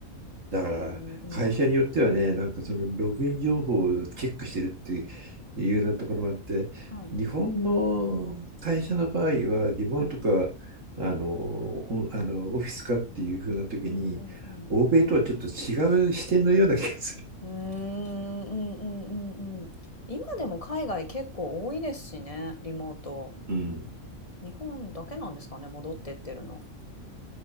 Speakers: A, on the right; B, on the left.
A: だから会社によってはね、
B: えー、うん。
A: なんかそのログイン情報をチェックしてるっていうようなところもあって、
B: はい、
A: 日本の会社の場合はリモートかあのおあのオフィスかっていうふうな時に、
B: はい。うんうんうん。
A: 欧米とはちょっと違う視点のような気がする。
B: うーん、うんうんうんうん。今でも海外結構多いですしね、リモート。
A: うん。
B: 日本だけなんですかね、戻ってってるの。